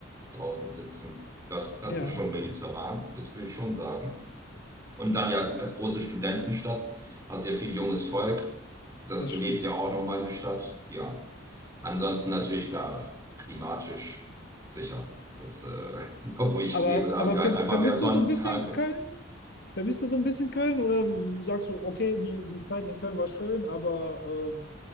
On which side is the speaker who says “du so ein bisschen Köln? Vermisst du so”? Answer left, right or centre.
Left